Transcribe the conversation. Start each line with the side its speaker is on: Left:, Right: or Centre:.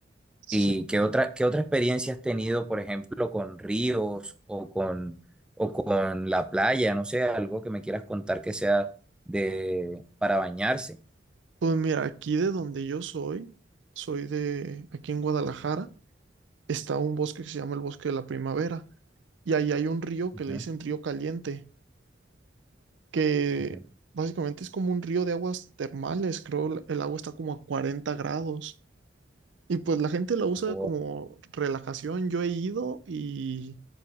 Right: Sí.
Centre: ¿Y qué otra, qué otra experiencia has tenido, por ejemplo, con ríos o con, o con la playa? No sé, algo que me quieras contar que sea de, para bañarse.
Right: Pues mira, aquí de donde yo soy, soy de aquí en Guadalajara, está un bosque que se llama el Bosque de la Primavera y ahí hay un río
Centre: Ujú,
Right: que le dicen Río Caliente. que
Centre: ujú.
Right: básicamente es como un río de aguas termales, creo, la- el agua está como a 40 grados. Y pues la gente la usa
Centre: Bo-
Right: como relajación. Yo he ido y